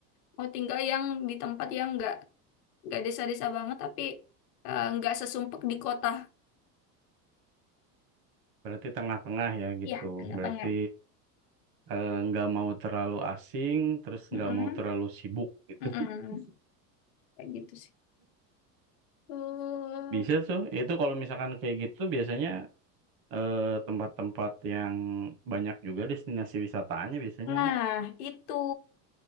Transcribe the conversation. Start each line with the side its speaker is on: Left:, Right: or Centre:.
Left: mau tinggal yang di tempat yang nggak nggak desa-desa banget tapi eh, nggak sesumpek di kota.
Right: Berarti tengah-tengah ya gitu.
Left: Iya, tengah-tengah.
Right: Berarti eh, nggak mau terlalu asing, terus
Left: Mm-mm.
Right: nggak mau terlalu sibuk gitu.
Left: Mm-mm.
Right: <laughs>
Left: Kayak gitu sih. Eh,
Right: Bisa tuh. Itu kalau misalkan kayak gitu biasanya eh, tempat-tempat yang banyak juga destinasi wisatanya biasanya.
Left: Nah, itu.